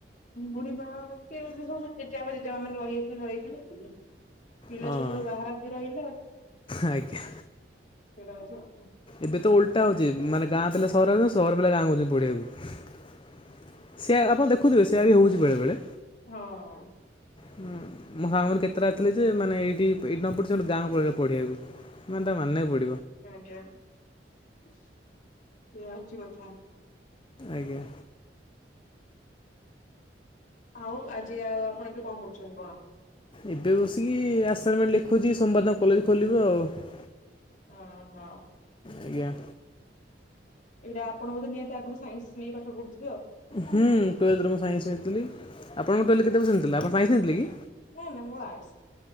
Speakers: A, on the left; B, on the left.
A: ମୁଡିିବା କେମିତି ସବୁ ଜେଜେପା ମାନେ ରହିଯାଇଛନ୍ତି ରହିଯାଇଛନ୍ତି ପିଲାଛୁଆ
B: ହଁ
A: ସବୁ ବାହାରେ ଅସି ରହିଲେ।
B: ଆଜ୍ଞା
A: ସେଇଟା ହଉଛି କଥା।
B: ଏବେ ତ ଓଲଟା ହଉଛି ମାନେ ଗାଁ ପା ସହର ଯାଉଛନ୍ତି ସହର ପିଲା ଗାଁକୁ ଆଉଚନ୍ତି ପଢିବାକୁ ସେଆ ଆପଣ ଦେଖୁଥିବେ ସେଇଆ ବି ହଉଛି ବେଳେବେଳେ
A: ହଁ! ଅଁ
B: ହୁଁ ମୋ ସାଙ୍ଗ ମାନେ କେତେଟା ଆସି ଥିଲେ ଯେ ମାନେ ଏଇଠି ଏଇଠି ନ ପଢି କି ସେମାନେ ଗାଁକୁ ପଳେଇଲେ ପଢିବାକୁ,। ମାନେ ତାଙ୍କୁ ମାନିବାକୁ ପଡିବ
A: ଆଜ୍ଞା! ସେଇଆା ହଉଛି କଥା,
B: ଆଜ୍ଞା!
A: ଆଉ ଆଜି ଆଉ ଆପଣ ଏବେ କଣ କରୁଛନ୍ତି କଣ?
B: ଏବେ ବସିକି ଆସାଇନମେଣ୍ଟ ଲେଖୁଛି ସୋମ୍ୱାର୍ ଦିନ କଲେଜ ଖୋଲିବ ଆଉ,।
A: ଅ ହୋ!
B: ଆଜ୍ଞା!
A: ଏଇଟା ଆପଣ ବୋଧେ ନିହାତି ଆଗରୁ ସାଇନ୍ସ ନେଇ ପାଠ ପଢୁ
B: ହୁଁ ଟୁଏଲ୍ଥ ରେ ମୁଁ ସାଇନ୍ସ ନେଇଥିଲି। ଆପଣଙ୍କ ତାହେଲେ କେତେ ପରସେଣ୍ଟ ଥିଲା ଆପଣ ସାଇନସ୍ ନେଇଥିଲେ କି?
A: ନା ନା ମୋର ଆର୍ଟସ